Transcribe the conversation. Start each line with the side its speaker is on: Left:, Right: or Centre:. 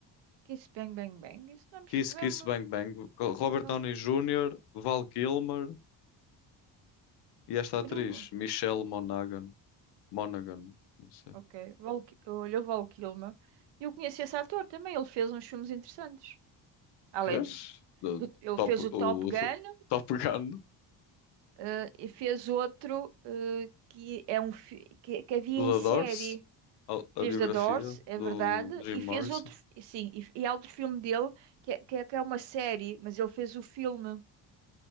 Right: Que isso, bang, bang, bang. Isso não é, mos-
Left: Kiss
Right: não
Left: Kiss
Right: é uma...
Left: Bang Bang. com Robert
Right: Não,
Left: Downey Jr., Val Kilmer e esta
Right: Aruba.
Left: atriz, Michelle Monaghan. Monaghan, não sei.
Right: Ok. Val Ki- Olha, o Val Kilmer. Eu conheci esse ator também. Ele fez uns filmes interessantes. Além
Left: Vês?
Right: de,
Left: Do
Right: do- ele
Left: Top,
Right: fez o Top
Left: o
Right: Gun
Left: <laughs> Top Gun
Right: eh, e fez outro eh, que é um fi- que, que havia
Left: do
Right: em
Left: The
Right: série.
Left: Doors, a, a
Right: Fez
Left: biografia
Right: da Doors, é
Left: do
Right: verdade,
Left: Jim
Right: e fez
Left: Morrison.
Right: outro, sim, e, e há outro filme dele que é, que é que é uma série, mas ele fez o filme,